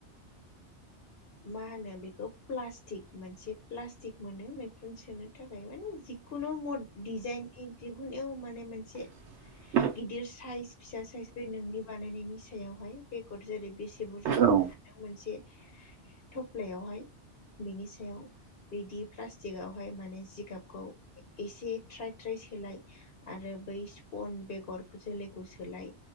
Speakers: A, on the left (about 55°); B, on the right (about 75°).
A: मा होनो बेखौ प्लास्टिक मोनसे प्लास्टिक मोनो मैखुन सोनो थाखाय माने खुनु मद डिजाइननि दिहुननायाव माने मोनसे
B: <unintelligible> <unintelligible>
A: गिदिर साइज फिसा साइज बे नोंनि बानायनायनि सायावहाय बेगर जोलै बेसे बुरजा
B: औ
A: होनो सानो नों मोनसे थफ्लायावहाय बिनि सायाव बिदि प्लास्टिकआवहाय माने जिगाबखौ एसे ट्राय ट्राय सोलाय आरो बै स्पन बेगर जोलैखौ सोलाय